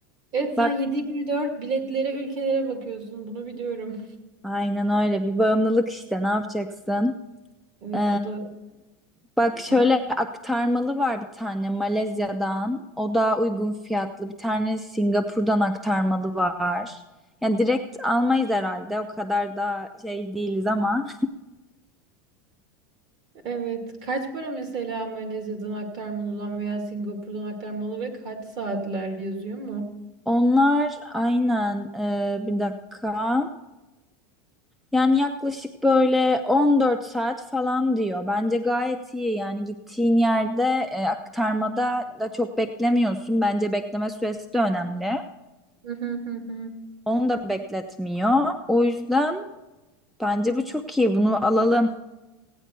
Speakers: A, on the right; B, in the centre.
A: Evet sen
B: Bak
A: 7-24 biletlere ülkelere bakıyorsun. Bunu biliyorum.
B: aynen öyle bir bağımlılık işte ne yapacaksın?
A: Evet
B: Ee,
A: bu da
B: bak şöyle
A: Kap-
B: aktarmalı var bir tane Malezya'dan. O daha uygun fiyatlı. Bir tane Singapur'dan aktarmalı var. Yani direkt almayız herhalde. O kadar da şey değiliz ama.
A: Evet. Kaç para mesela Malezya'dan aktarmalıdan veya Singapur'dan aktarmalı ve kaç saatler yazıyor mu?
B: <laughs> Onlar aynen ee, bir dakika. Yani yaklaşık böyle 14 saat falan diyor. Bence gayet iyi. Yani gittiğin yerde e, aktarmada da çok beklemiyorsun. Bence bekleme süresi de önemli.
A: Hı hı hı hı.
B: Onu da bekletmiyor. O yüzden bence bu çok iyi. Bunu alalım.